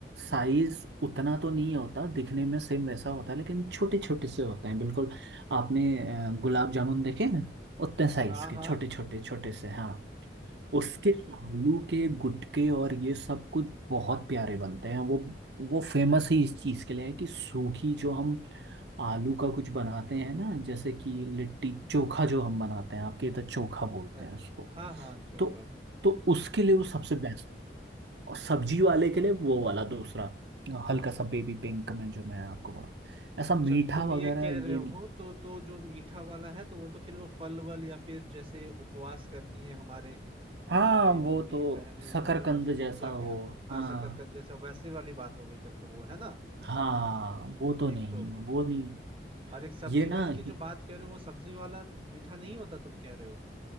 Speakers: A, on the right; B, on the right.
A: साइज उतना तो नहीं होता दिखने में सेम वैसा होता है लेकिन छोटे छोटे से होते हैं बिल्कुल आपने अ, गुलाब जामुन देखे हैं उतने साइज
B: हाँ
A: के
B: हाँ
A: छोटे छोटे छोटे से हाँ उसके
B: अच्छा
A: आलू के गुटके और ये सब कुछ बहुत प्यारे बनते हैं वो वो फेमस ही इस चीज़ के लिए है कि सूखी जो हम आलू का कुछ बनाते हैं ना जैसे कि लिट्टी चोखा जो हम बनाते हैं आपके इधर चोखा बोलते
B: अ-
A: हैं उसको
B: हाँ हाँ चोखा
A: तो तो उसके लिए वो सबसे बेस्ट और सब्जी वाले के लिए वो वाला दूसरा हल्का सा बेबी पिंक में जो मैं आपको बोला ऐसा
B: अच्छा
A: मीठा
B: तो तुम ये
A: वगैरह
B: कह
A: ये
B: रहे
A: नहीं
B: हो तो तो जो मीठा वाला है तो वो तो फिर वो फल वल या फिर जैसे उपवास करती हैं हमारे
A: हाँ
B: हमारे मम्मी
A: वो तो
B: बहनें वो
A: शकरकंद
B: जो मतलब
A: जैसा
B: पूजा
A: हो
B: के हाँ
A: हाँ
B: शकरकंद जैसा वैसे वाली बात हो गई तब तो वो है ना
A: हाँ वो तो
B: एक
A: नहीं
B: तो
A: वो नहीं
B: और एक सब्जी
A: ये ना
B: वाली की
A: ही-
B: जो बात कह रहे हो वो सब्जी वाला मीठा नहीं होता तुम कह रहे हो